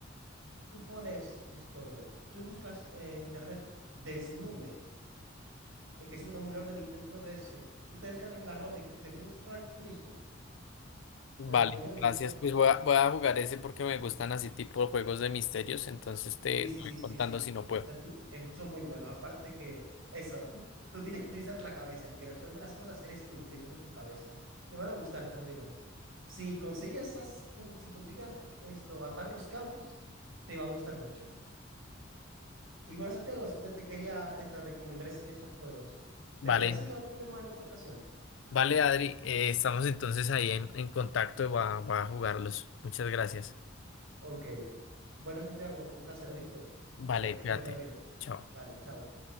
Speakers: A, on the right (about 80°); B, on the left (about 65°).
A: tú pones esto, tú buscas en internet Desnume eh, que es un emulador de Nintendo DS. Tú te descargas la ROM de, de Phoenix Wright y listo,
B: Vale,
A: en español
B: gracias,
A: y ya está.
B: pues voy a, voy a jugar ese porque me gustan así tipo juegos de misterios, entonces te
A: Sí, sí,
B: te voy
A: sí, sí,
B: contando
A: sí.
B: si no puedo.
A: O sea, tú- eh, son muy buenos. Aparte que eso, <laughs> tú tienes que utilizar la cabeza. El que resuelve las cosas eres tú, utilizando tu cabeza. Te van a gustar, te lo digo. Si consigues esas, cu- si consigues esto, atar los cabos, te va a gustar mucho. Y bueno, Santiago, eso te, te quería esto, recomendar es- esos juegos. ¿Te
B: Vale,
A: parece que hablemos en otra ocasión?
B: vale, Adri, eh, estamos entonces ahí en, en contacto y voy a, voy a jugarlos. Muchas gracias.
A: Ok. Bueno, Santiago, fue un placer, ¿oíste?
B: Vale,
A: Espero que
B: cuídate.
A: te vaya bien.
B: Chao.
A: Dale, chao.